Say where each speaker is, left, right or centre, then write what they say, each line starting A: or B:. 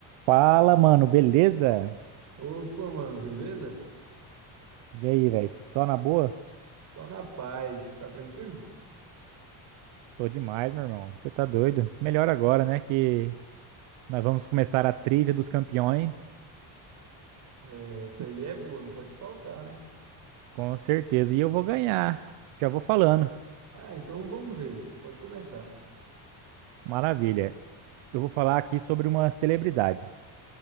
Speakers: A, on the right; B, on the right.
A: Fala, mano, beleza?
B: Opa, mano, beleza?
A: E aí, velho? Só na boa?
B: Só na paz, tá tranquilo?
A: Tô demais, meu irmão. Você tá doido? Melhor agora, né? Que nós vamos começar a trivia dos campeões.
B: É, essa
A: E-
B: aí é boa, não pode faltar, né?
A: Com certeza. E eu vou ganhar. Já vou falando.
B: Ah, então vamos ver. Pode começar.
A: Maravilha. Eu vou falar aqui sobre uma celebridade.